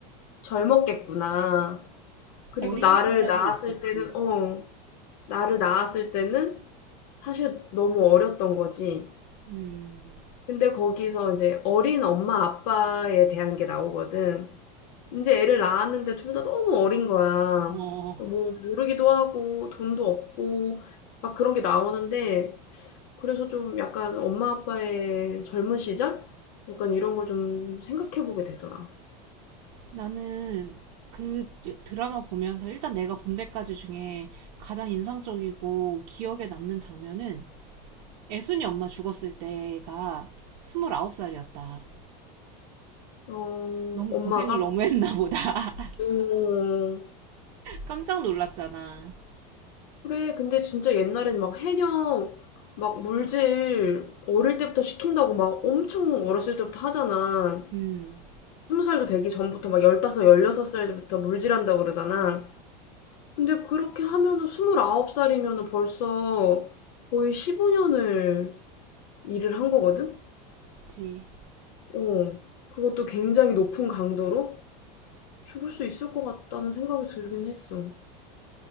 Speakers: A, on the left; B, on the right.
A: 젊었겠구나.' 그리고
B: 어린
A: 나를
B: 시절이
A: 낳았을
B: 있었지.
A: 때는 어 나를 낳았을 때는 사실 너무 어렸던 거지.
B: 음,
A: 근데 거기서 이제 어린 엄마 아빠에 대한 게 나오거든. 이제 애를 낳았는데 둘 다 너무 어린 거야.
B: 어,
A: 뭐 모르기도 하고 돈도 없고 막 그런 게 나오는데 그래서 좀 약간 엄마 아빠의 젊은 시절? 약간 이런 걸 좀 생각해 보게 되더라.
B: 나는 그 드라마 보면서 일단 내가 본 데까지 중에 가장 인상적이고 기억에 남는 장면은 애순이 엄마 죽었을 때가 29살이었다.
A: 어,
B: 너무
A: 엄마가?
B: 고생을 너무 했나 보다. <laughs>
A: 어,
B: 깜짝 놀랐잖아.
A: 그래. 근데 진짜 옛날엔 막 해녀 막 물질 어릴 때부터 시킨다고 막 엄청 어렸을 때부터 하잖아.
B: 음.
A: 스무 살도 되기 전부터 막 열다섯, 열여섯 살부터 물질한다고 그러잖아.
B: 음.
A: 근데 그렇게 하면은 29 살이면은 벌써 거의 15년을 일을 한 거거든?
B: 그치.
A: 어. 그것도 굉장히 높은 강도로 죽을 수 있을 것 같다는 생각이 들긴 했어.